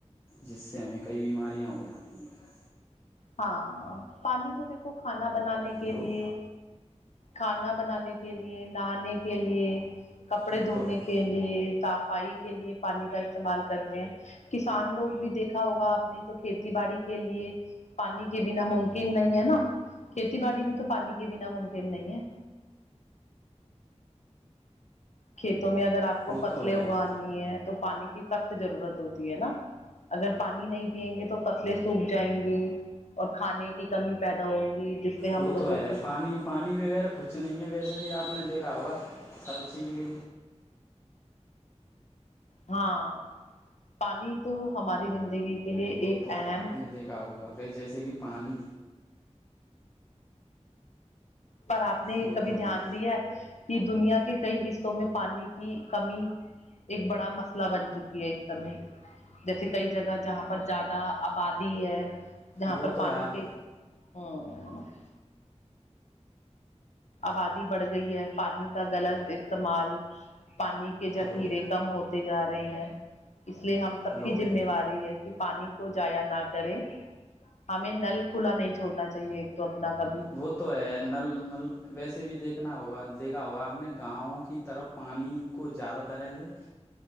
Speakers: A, on the left (about 20°); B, on the left (about 75°).
A: جس سے ہمیں کئی بیماریاں ہو جاتی ہیں
B: ہاں پانی تو دیکھو کھان کھانا بنانے کے
A: ہلو
B: لیے کھانا بنانے کے لیے نہانے کے لیے کپڑے
A: وہ
B: دھونے
A: تو ہے
B: کے لیےف صفائی کے لیے پانی کا استعمال کرتے ہیں کسان لوگ بھی دیکھا ہوگا آپ نے تو کھیتی باڑی کے لیے پانی کے بنا ممکن نہیں ہے نا کھیتی باڑی بھی تو پانی کے بنا ممکن نہیں ہے کھیتی <unintelligible> میں اگر آپ کو
A: وہ
B: پتلیں
A: تو ہے
B: اگانی ہے تو پانی سخت ضرورت ہوتی ہے نا اگر پانی نہیں پیئیں گے تو فصلیں سوکھ جائیں گی اور کھانے کی کمی پیدا ہوگی جس سے ہم
A: وہ
B: لوگوں
A: تو ہے
B: کو
A: پانی پانی وغیرہ کچھ نہیں ہے ویسے بھی آپ نے دیکھا ہوگا اب چیز بھی
B: ہاں پانی تو ہماری زندگی کے لیے
A: وہ
B: ایک
A: تو
B: اہم
A: ہے آپ نے دیکھا ہوگا کہ جیسے کہ پانی
B: پر آپ نے یہ
A: وہ
B: کبھی
A: تو
B: دھیان
A: ہے
B: دیا ہے کہ دنیا کہ کئی حصوں میں پانی کی کمی ایک بڑا مسئلہ بن چکی ہے اس سے جیسے کئی جگہ جہاں پر زیادہ آبادی ہے جہاں
A: وہ
B: پر
A: تو
B: پانی
A: ہے آپ
B: کے ہ ہ <unintelligible> آبادی بڑھ گئی ہے پانی کا غلط استعمال پانی کے جخھیرے
A: ہلو
B: کم ہوتے جا رہی ہیں اس لیے ہم سب
A: ہلو
B: کی ذمہواری ہے کہ پانی کو جایا نہ کرے ہمیں نل کھلا نہیں چھوڑنا چاہیے ایک تو اپنا کبھی
A: وہ تو ہے نل نل ویسے بھی دیکھنا ہوگا دیکھا ہوگا آپ نے گاؤں کی طرف پانی کو زیادہ ترح سے